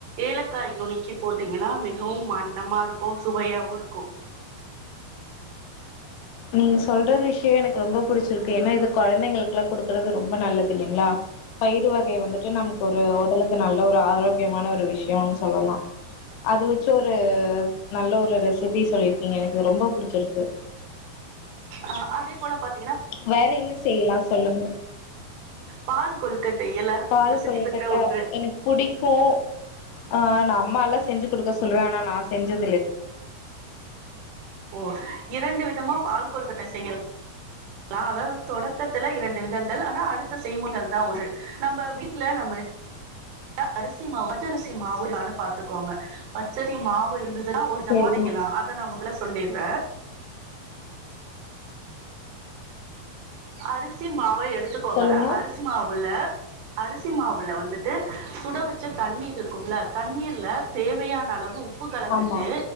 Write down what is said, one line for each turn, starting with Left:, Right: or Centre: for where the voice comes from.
Right: ஏலக்காய் நுணுக்கி போட்டீங்கன்னா மிகவும் மனமா இருக்கும் சுவையாவும் இருக்கும்
Left: நீ சொல்ற விஷியோ எனக் ரொம்ப புடிச்சிருக்கு ஏன்னா இது கொழந்தைங்களுக்குல்லா குடுக்குறது ரொம்ப நல்லதில்லைங்களா பயிறு வகை வந்துட்டு நமக் ஒரு உடலுக்கு நல்ல ஒரு ஆரோக்கியமான ஒரு விஷியோன்னு சொல்லலா அது வச்சு ஒரு நல்ல ஒரு ரெசிபி சொல்லிருக்கீங்க எனக்கு ரொம்ப புடிச்சிருக்கு
Right: ஆ அதே போல பாத்
Left: வேற என்ன செய்யலா சொல்லுங்க
Right: பால் கொழுக்கட்டை எல்லாருக்கு
Left: பால்
Right: பிரசித்தி
Left: கொழுக்கட்ட
Right: பெற்ற ஒன்று
Left: எனக்கு புடிக்கு ஆ நா அம்மால்ல செஞ்சு குடுக்க சொல்லுவே ஆனா நா செஞ்சது
Right: போ இரண்டு விதமா பால் கொழுக்கட்டை செய்யல் நா அதாவது தொடக்கத்துல இரண்டு விதங்கள் ஆனா அடுத்த செய்முறைகள்தா ஒரு நம்ப வீட்ல நம்ம <inaudible> அரிசி மாவு <inaudible> மாவு இருக்கானு பாத்துக்கோங்க பச்சரிசி மாவுலருந்து இதுனா ஒருவிதமா
Left: சேரிங்க
Right: செய்யலா அத நா மொதல்ல செ சொல்லிர்ற அரிசி ம் மாவ எடுத்துக்கோங்க
Left: சொல்லுங்க
Right: அரிசி மாவுல அரிசி மாவுல வந்துட்டு சுட வெச்ச தண்ணீர் இருக்கும்ல தண்ணீர்ல தேவையான அளவு உ உப்பு கலந்துட்டு
Left: ஆமா